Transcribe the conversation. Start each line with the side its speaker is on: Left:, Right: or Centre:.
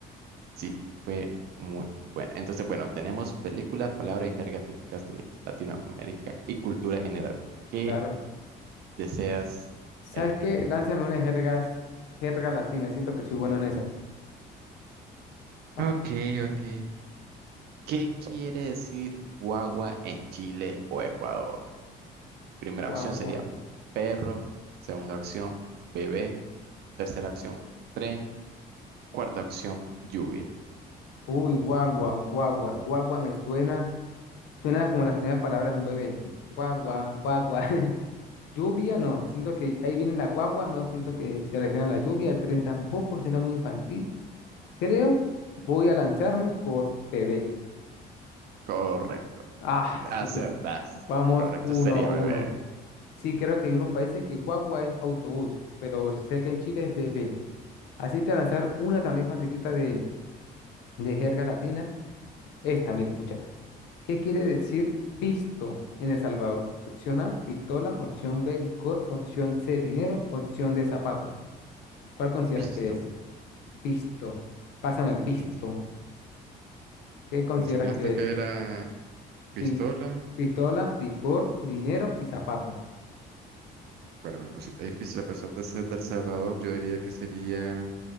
Right: Sí, fue muy bueno. Entonces, bueno, tenemos películas, palabras y jergas típicas de Latinoamérica y cultura general. ¿Qué
Left: claro.
Right: deseas
Left: ¿Sabes
Right: elegir?
Left: qué? Lánzame una jerga, jerga latina. Siento que soy bueno en esas. Ah,
Right: Ok, ok. ¿Qué quiere decir guagua en Chile o Ecuador? Primera
Left: Guagua.
Right: opción sería perro, segunda opción bebé, tercera opción tren, cuarta opción lluvia.
Left: Uy, guagua, guagua. Guagua me suena. Suena como las primeras palabras de un bebé. Guagua, guagua. <laughs> Lluvia, no. Siento que ahí viene la guagua. No siento que se refiere a la lluvia. El tren tampoco suena muy infantil. Creo. Voy a lanzarme por bebé.
Right: Correcto,
Left: Ah,
Right: acertaste.
Left: soy sup- Vamos,
Right: Correcto
Left: uno,
Right: sería
Left: uno.
Right: bebé.
Left: Sí, creo que hay unos países que guagua es autobús, pero sé que en Chile es bebé. Así te voy a lanzar una también facilita de, de jergas latinas. Esta, mira, escúchala. ¿Qué quiere decir pisto en El Salvador? Opción A, pistola. Opción B, licor. Opción C, dinero. Opción D, zapato. ¿Cuál consideras
Right: Visto.
Left: que es? Pisto. Pásame el pisto.
Right: Visto.
Left: ¿Qué consideras
Right: Mencionaste
Left: que
Right: que
Left: es?
Right: era Pistola.
Left: Pis- pistola, licor, dinero y zapato.
Right: Bueno, una cosita difícil, a pesar de ser del Salvador, yo diría que sería